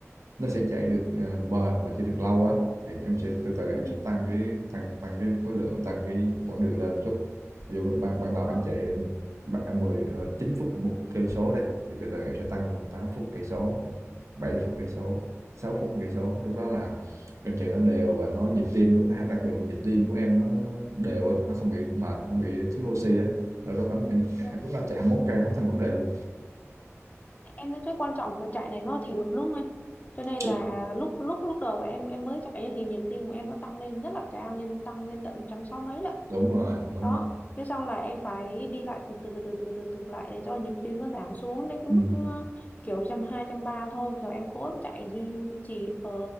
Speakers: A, on the right; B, on the left.
A: nó sẽ chạy được, à, bền và chạy được lâu á, thì em sẽ từ từ em
B: ừ
A: sẽ tăng cái tăng tăng cái khối lượng, tăng cái quãng đường lên chút. Ví dụ ban ban đầu
B: ờ,
A: em chạy, ừm, ba à, 10, ờ, 9 phút một cây số đi, thì từ từ em sẽ tăng lên là 8 phút 1 cây số, rồi 7 phút 1 cây số, 6 phút 1 cây số. Lúc đó là em chạy nó đều và nó nhịp tim của đặc biệt là nhịp tim của em nó nó đều á, nó không bị mệt, không bị thiếu oxy á, rồi lúc đó em
B: dạ.
A: em lúc đó em chạy 21 cây không thành vấn đề luôn.
B: em thấy cái quan trọng của chạy này nó là thể lực đúng không anh cho nên là
A: Đúng,
B: lúc lúc lúc đầu em em mới chạy ấy thì nhịp tim của em nó tăng lên rất là cao lên tăng lên tận trăm sáu mấy lận
A: đúng rồi, đúng
B: đó
A: rồi.
B: thế xong là em phải đi lại từ từ từ từ từ từ lại để cho nhịp tim nó giảm xuống đến cái
A: Ừm,
B: mức ờ, kiểu trăm hai trăm ba thôi rồi em cố em chạy duy, duy duy trì ở